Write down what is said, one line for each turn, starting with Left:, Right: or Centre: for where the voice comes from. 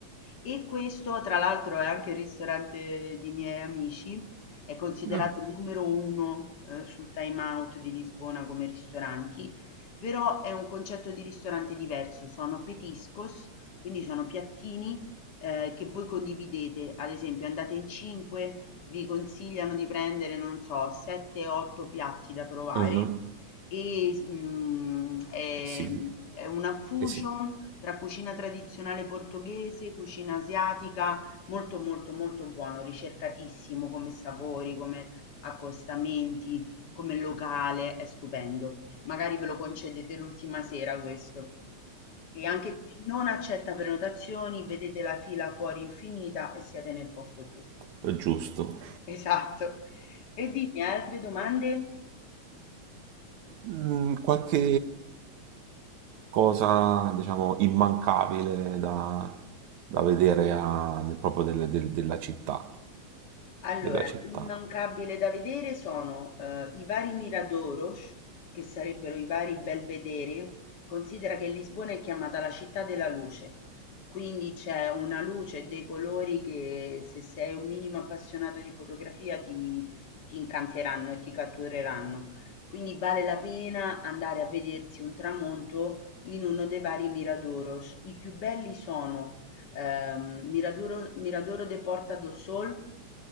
Left: E questo, tra l'altro, è anche il ristorante di miei amici, è considerato
Right: Ah.
Left: il numero 1, uhm, sul Time Out di Lisbona come ristoranti, però è un concetto di ristorante diverso, sono petiscos, quindi sono piattini, uhm, che voi condividete. Ad esempio andate in 5, vi consigliano di prendere, non so, 7, 8 piatti da provare
Right: Ah.
Left: e, s- mhmm, ehm,
Right: Eh sì,
Left: è una fusion
Right: eh sì,
Left: tra cucina tradizionale portoghese, cucina asiatica, molto molto molto buono, ricercatissimo come sapori, come accostamenti, come locale, è stupendo. Magari ve lo concedete l'ultima sera questo. E anche qui non accetta prenotazioni, vedete la fila fuori infinita e siete nel posto giusto.
Right: è giusto.
Left: Esatto. E dimmi, altre domande?
Right: Mm, qualche cosa, diciamo, immancabile da, da vedere a- proprio del- del- della città,
Left: Allora,
Right: della città.
Left: immancabile da vedere sono eh, i vari Miradoros, che sarebbero i vari belvedere. Considera che Lisbona è chiamata la città della luce, quindi c'è una luce e dei colori che se sei un minimo appassionato di fotografia ti, ti incanteranno e ti cattureranno. Quindi vale la pena andare a vedersi un tramonto in uno dei vari Miradoros. I più belli sono ehm, Miradoro, Miradoro de Porta do Sol